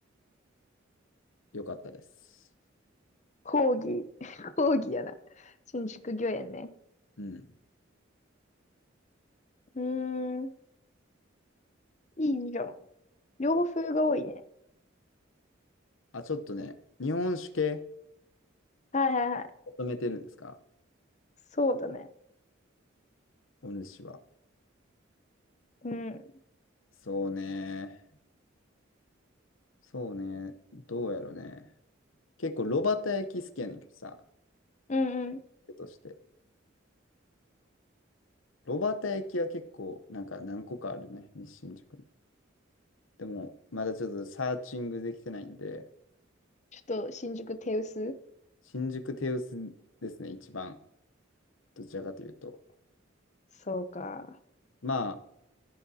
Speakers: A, on the left (about 80°); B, on the left (about 35°).
A: 良かったです。
B: 講義、<laughs> 講義やな。新宿御苑ね。
A: うん。
B: うーん、いいじゃん。洋風が多いね。
A: あ、ちょっとね、日本酒系
B: はいはいはい。
A: 求めてるんですか
B: そうだね。
A: お主は。
B: うん、
A: そうね。そうね。どうやろね。結構、炉端焼き好きやねんけどさ、
B: うんうん。
A: 手として。ロバータ駅は結構、なんか何個かあるね、西新宿に。でも、まだちょっとサーチングできてないんで、
B: ちょっと新宿手薄
A: 新宿テウスですね、一番。どちらかというと。
B: そうか。
A: ま